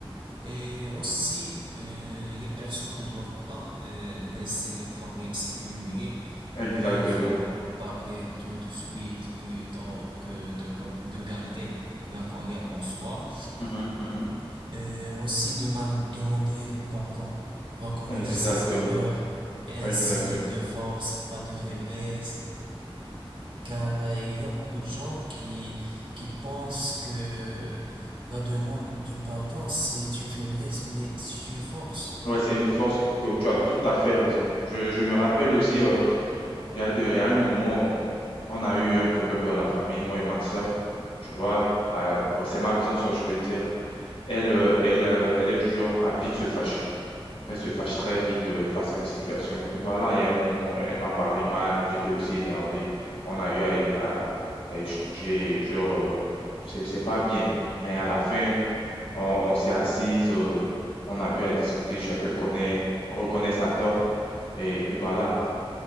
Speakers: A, on the right; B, on the left.
A: Et aussi, euh, les personnes ne doivent pas euh, laisser les problèmes s'accumuler. Mieux
B: Exactement.
A: vaut en parler tout de suite plutôt que de, re- de garder la colère en soi.
B: Mhm, mhm.
A: Euh, aussi, de demander pardon, reconnaître
B: Exactement.
A: ses erreurs, et ainsi
B: Exactement.
A: de force, pas de faiblesse. Car euh, il y a beaucoup de gens qui, qui pensent que la demande du pardon, c'est une faiblesse, mais c'est une force.
B: Ouais, c'est une force que tu as tout à fait raison. Je, je me rappelle aussi. euh, Il y a de- il y a un moment, on a eu un problème dans la famille, moi et ma sœur. Tu vois, la- bon, c'est ma grande sœur, je peux dire. Elle, euh, elle, euh, elle est du genre à vite se fâcher. Elle se fâche très vite euh, face à une situation. Et puis voilà, il y a un moment, elle m'a parlé mal, j'étais aussi énervé. On a eu à, à- à échanger, genre, euh, c'est c'est pas bien. Mais à la fin, on, on s'est assises, euh, on a eu à discuter, chacun connaît, on reconnaît sa tort. Et puis voilà.